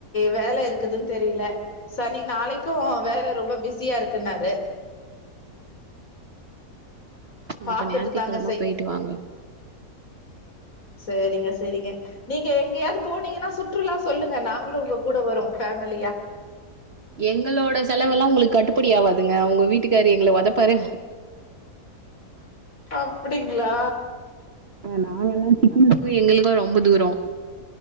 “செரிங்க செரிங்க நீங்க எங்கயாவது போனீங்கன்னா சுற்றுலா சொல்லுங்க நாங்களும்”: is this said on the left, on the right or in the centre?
Left